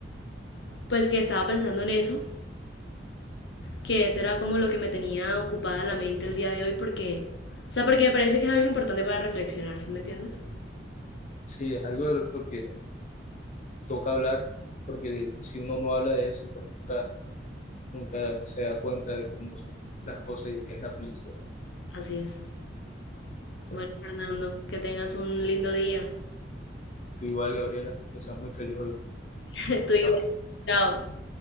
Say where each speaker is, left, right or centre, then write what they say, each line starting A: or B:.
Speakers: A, on the left; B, on the left.
A: pues que estaba pensando en eso, que eso era como lo que me tenía ocupada la mente el día de hoy porque, o sea, porque me parece que es algo importante para reflexionar, ¿sí me entiendes?
B: Sí, es algo de lo que toca hablar, porque si uno no habla de eso, pues nunca, nunca se da cuenta de cómo son las cosas y de qué es la felicidad.
A: Así es.
B: Bueno,
A: Bueno, Fernando, que tengas un lindo día.
B: tú igual, Gabriela, que seas muy feliz hoy.
A: <laughs> Tú igual.
B: Chao.
A: Chao.